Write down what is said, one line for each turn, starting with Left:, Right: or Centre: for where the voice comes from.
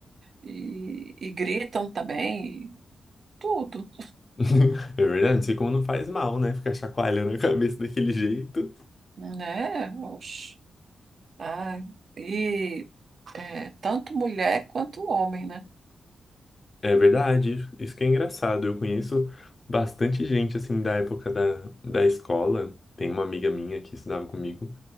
Right: e, e gritam também, e tudo,
Left: <laughs> É verdade, não sei como não faz mal, né? Ficar chacoalhando a cabeça daquele jeito.
Right: né? Oxe. Ai, e é, tanto mulher quanto homem, né?
Left: É verdade, isso que é engraçado. Eu conheço bastante gente, assim, da época da, da escola. Tem uma amiga minha que estudava comigo.